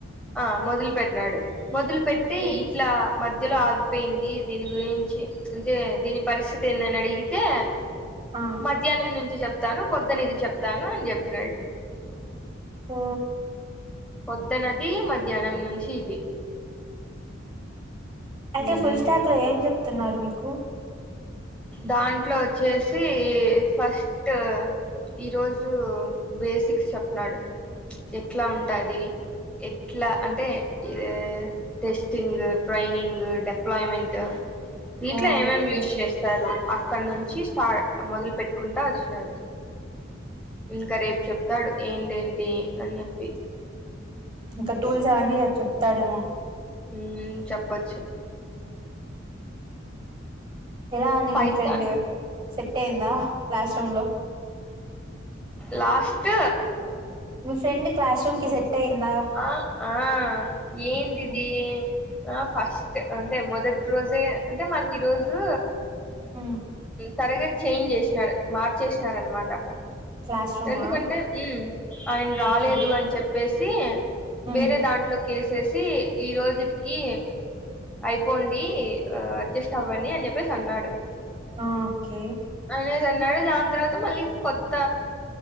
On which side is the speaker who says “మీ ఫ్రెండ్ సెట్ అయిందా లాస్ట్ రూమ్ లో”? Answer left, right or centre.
Right